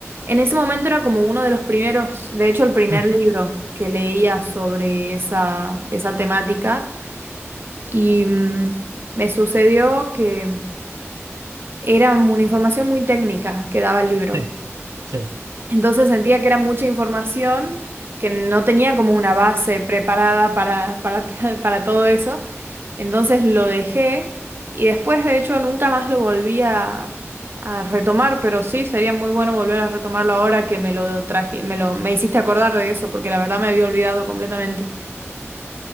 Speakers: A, on the right; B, on the right.
A: en ese momento era como uno de los primeros, de hecho el primer
B: Ujú,
A: libro que leía sobre esa, esa temática. Y mm, me sucedió que era una información muy técnica que daba el libro.
B: Sí, sí.
A: Entonces sentía que era mucha información, que no tenía como una base preparada para, para, <laughs> para todo eso. Entonces lo dejé y después, de hecho, nunca más lo volví a, a retomar, pero sí, sería muy bueno volver a retomarlo ahora que me lo traje, me lo, me hiciste acordar de eso, porque la verdad me había olvidado completamente.